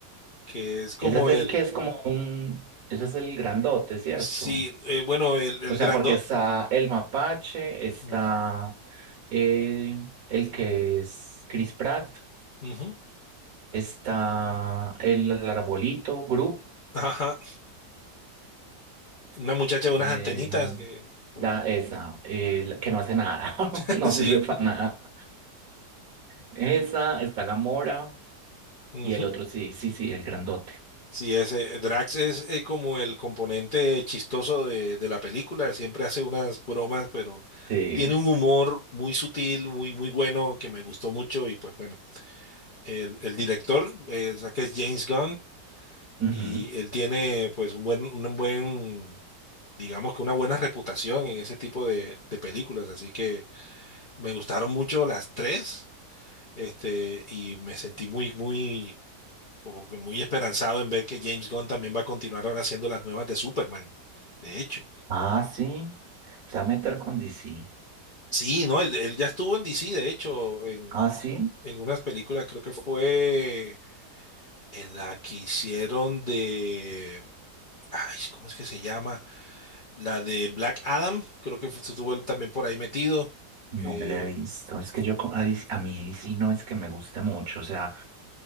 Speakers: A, on the left (about 75°); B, on the right (about 55°).
A: que es como
B: Ese es el
A: el,
B: que es como un, ese es el grandote, ¿cierto?
A: sí, eh, bueno, el, el
B: O sea,
A: grandot.
B: porque está el mapache, está
A: Mm,
B: eh, el que es Chris Pratt,
A: ujú.
B: está el, el arbolito, Group,
A: Ajá. Una muchacha de
B: eh,
A: unas antenitas que, como-
B: la, esa, eh, la que no hace nada, <laughs>
A: <laughs>
B: no
A: sí,
B: sirve para nada. Esa, está Gamora
A: ujú.
B: y el otro sí, sí, sí, el grandote.
A: Sí, ese Drax es eh, como el componente chistoso de, de la película, siempre hace unas bromas, pero
B: Sí.
A: tiene un humor muy sutil, muy, muy bueno, que me gustó mucho y pues bueno, el, el director, eh, que es James Gunn,
B: ujú.
A: y él tiene pues un buen, un buen digamos que una buena reputación en ese tipo de, de películas. Así que me gustaron mucho las tres, este, y me sentí muy, muy, como que muy esperanzado en ver que James Gunn también va a continuar ahora haciendo las nuevas de Superman. De hecho,
B: Ah, sí, se va a meter con DC.
A: sí, no, él, él ya estuvo en DC, de hecho, en,
B: Ah, sí.
A: en unas películas, creo que fue en la que hicieron de. Ay, ¿cómo es que se llama? La de Black Adam, creo que fue- estuvo él también por ahí metido.
B: No
A: Eh,
B: me la he visto. Es que yo co- a, Dis- a mí DC no es que me guste mucho. O sea,